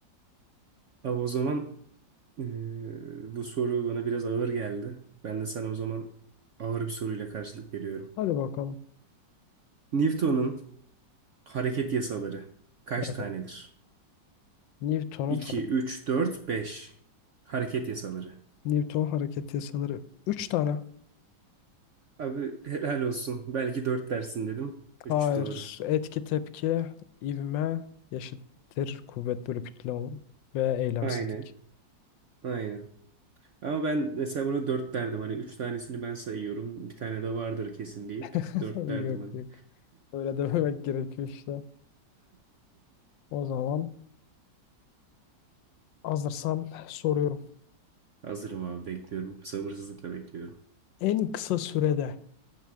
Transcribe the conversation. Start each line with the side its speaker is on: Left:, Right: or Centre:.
Right: Abi o zaman eee, bu soru bana biraz ağır geldi. Ben de sana o zaman ağır bir soruyla karşılık veriyorum.
Left: Hadi bakalım.
Right: Newton'un hareket yasaları kaç
Left: Evet.
Right: tanedir?
Left: Newton'un
Right: 2,
Left: hare-
Right: 3, 4, 5. Hareket yasaları.
Left: Newton hareket yasaları Üç tane.
Right: Abi helal olsun. Belki dört dersin dedim. Üç
Left: Hayır.
Right: doğru.
Left: Etki tepki, ivme, eşittir kuvvet bölü kütle ol- ve eylemsizlik.
Right: Aynen. Aynen. Ama ben mesela buna dört derdim. Hani üç tanesini ben sayıyorum. Bir tane de vardır kesin deyip
Left: <laughs>
Right: dört
Left: Yok
Right: derdim hani.
Left: yok. Öyle dememek gerekiyor işte. O zaman Hazırsan soruyorum.
Right: <laughs> Hazırım abi bekliyorum. Sabırsızlıkla bekliyorum.
Left: En kısa sürede